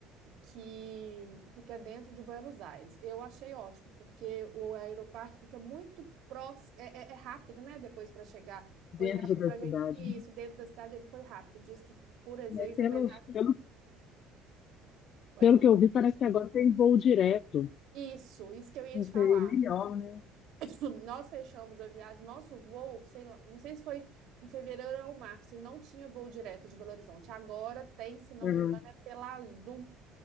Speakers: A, on the right (about 55°); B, on the left (about 40°).
A: que fica dentro de Buenos Aires. Eu achei ótimo, porque o Aeroparque fica muito próximo, é, é- é rápido, né? Depois para chegar,
B: dentro
A: foi rápido
B: da
A: para a gente.
B: cidade.
A: Isso, dentro da cidade ele foi rápido. Diz que por Ezeiza,
B: né? Pelo,
A: apesar.
B: pelo,
A: Pode
B: pelo
A: falar.
B: que eu vi, parece que agora tem voo direto.
A: Isso, isso que eu ia
B: Vai
A: te falar.
B: ser melhor, né?
A: <laughs> Nós fechamos a viagem, nosso voo, sei lá, não sei se foi em fevereiro ou março, e não tinha voo direto de Belo Horizonte. Agora tem, se não
B: Uhum.
A: me engano, é pela Azul.